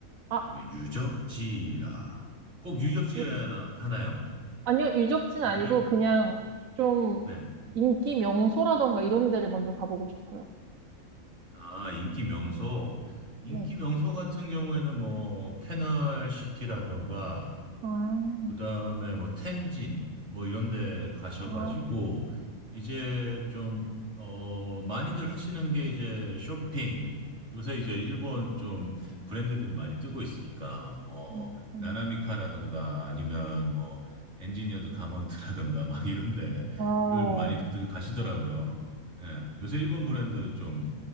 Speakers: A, on the right; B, on the right.
A: 아,
B: 그다음에 유적지라. 꼭 유적지여야
A: 유-
B: 하나, 하나요?
A: 아니요, 유적지는
B: 유적,
A: 아니고 그냥 좀
B: 네.
A: 인기 명소라던가 이런 데를 먼저 가보고 싶어요.
B: 아, 인기 명소. 인기
A: 네.
B: 명소 같은 경우에는 뭐, 캐널시티라던가,
A: 아,
B: 그다음에 뭐 텐진 뭐 이런 데 가셔가지고
A: 아,
B: 이제 좀 어 많이들 하시는 게 이제 쇼핑 요새 이제 일본 좀 브랜드들이 많이 뜨고 있으니까 뭐
A: 음,
B: 나나미카라던가 아니면 뭐 엔지니어드 가먼트라던가 막 이런 데를
A: 어,
B: 많이들 가시더라고요. 예. 요새 일본 브랜드 좀